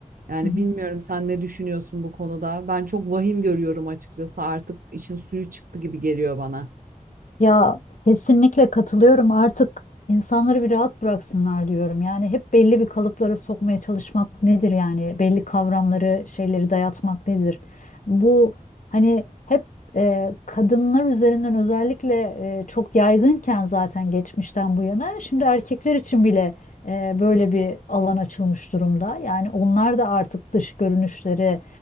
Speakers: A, on the right (about 80°); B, on the left (about 65°).
A: Yani
B: hı hı.
A: bilmiyorum sen ne düşünüyorsun bu konuda. Ben çok vahim görüyorum açıkçası. Artık işin suyu çıktı gibi geliyor bana.
B: Ya kesinlikle katılıyorum. Artık insanları bir rahat bıraksınlar diyorum. Yani hep belli bir kalıplara sokmaya çalışmak nedir yani? Belli kavramları, şeyleri dayatmak nedir? Bu hani hep e, kadınlar üzerinden özellikle e, çok yaygınken zaten geçmişten bu yana şimdi erkekler için bile e, böyle bir alan açılmış durumda. Yani onlar da artık dış görünüşleri,